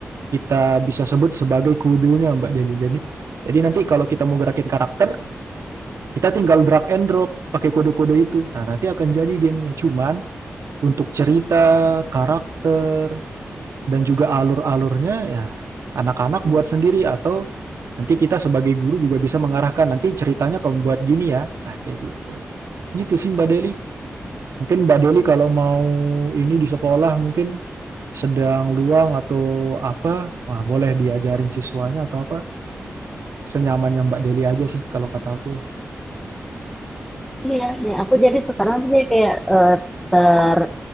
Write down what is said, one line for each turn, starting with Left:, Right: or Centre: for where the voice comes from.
Right: kita bisa sebut sebagai kudunya Mbak Deli. Jadi, jadi nanti kalau kita mau gerakin karakter, kita tinggal drag and drop pakai kode-kode itu. Nah, nanti akan jadi gamenya. Cuman untuk cerita, karakter, dan juga alur-alurnya ya anak-anak buat sendiri atau nanti kita sebagai guru juga bisa mengarahkan nanti ceritanya kamu buat gini ya. Nah, kayak gitu. Gitu sih Mbak Deli. Mungkin Mbak Deli kalau mau ini di sekolah mungkin sedang luang atau apa, wah, boleh diajarin siswanya atau apa senyamannya Mbak Deli aja sih kalau kata aku ya.
Centre: Iya, nih aku jadi sekarang tuh jadi kayak eh, ter